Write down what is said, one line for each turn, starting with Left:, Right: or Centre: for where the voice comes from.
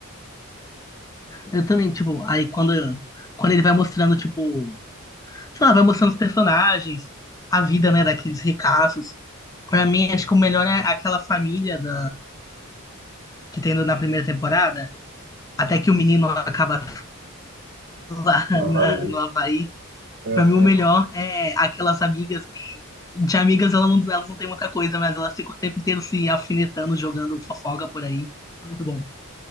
Left: Eu também, tipo, aí quando, quando ele vai mostrando, tipo, sei lá, vai mostrando os personagens, a vida, né, daqueles ricaços. Pra mim, acho que o melhor é aquela família da, que tem na primeira temporada, até que o menino acaba <laughs> lá
Right: Não,
Left: na,
Right: vai.
Left: no Havaí.
Right: eh,
Left: Pra mim, o melhor é aquelas amigas De amigas, ela não, elas não têm muita coisa, mas elas ficam o tempo inteiro se alfinetando, jogando fofoca por aí. Muito bom.